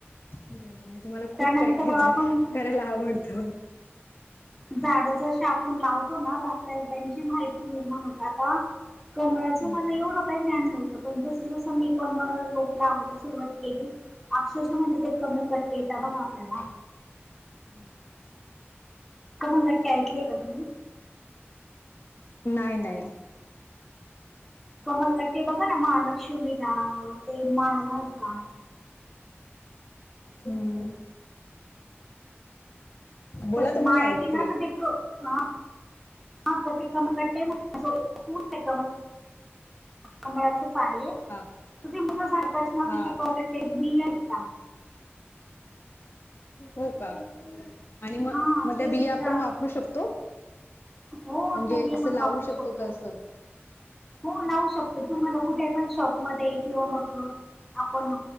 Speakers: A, on the left (about 60°); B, in the centre.
A: बर नाही तुम्हाला
B: त्यानंतर
A: खूप काय कायच
B: आपण
A: करायला आवडत.
B: झाड जशी आपण लावतो ना तर आपल्या त्यांची माहिती निर्माण होते आता. कमळाचं
A: हम्म.
B: मला एवढं काही ज्ञान नव्हत पण जसं जसं मी कमळ रोप लावायला सुरुवात केली अक्षरशः म्हणजे ते कमल गट्टे येतात बघा आपल्याला.
A: हम्म हम्म.
B: कमन घट्टी ऐकली आहे का तुम्ही
A: नाही नाही
B: कमलगट्टे बघा ना म लक्ष्मीला ते माळ घालतात
A: हम्म बोला
B: तशी
A: तुम्ही
B: माळ
A: मी ऐकतेय
B: येत ना तर ते हा तर ते कमलट्ट कमलट्ट्या कंमळाचच आहे त
A: हा
B: ते मोठ झाडतच ना
A: हा
B: त श क बि आहेत का
A: हो का आणि म
B: हा
A: मग त्या
B: ते
A: बिया
B: सुद्धा
A: आपण वापरू शकतो
B: हो
A: म्हणजे
B: त्या
A: असं
B: आपण
A: लावू
B: वापरू शकतो
A: का असं
B: हो लावू शकतो
A: अच्छा
B: तुम्हाला
A: अच्छा
B: कुठे आपण शॉपमध्ये किंवा मग आपण